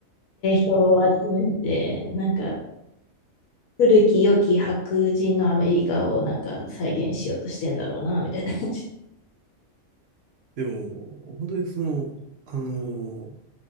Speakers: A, on the left; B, on the right.
A: 票を集めて、なんか、古き良き白人のアメリカをなんか再現しようとしてんだろうな、みたいな感じ。
B: でも、本当にその、あの